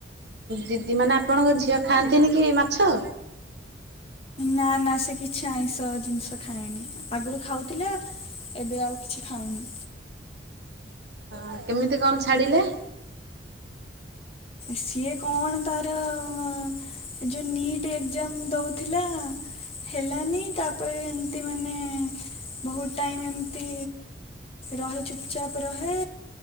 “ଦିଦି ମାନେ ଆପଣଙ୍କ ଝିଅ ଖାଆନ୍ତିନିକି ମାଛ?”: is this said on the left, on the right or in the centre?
Right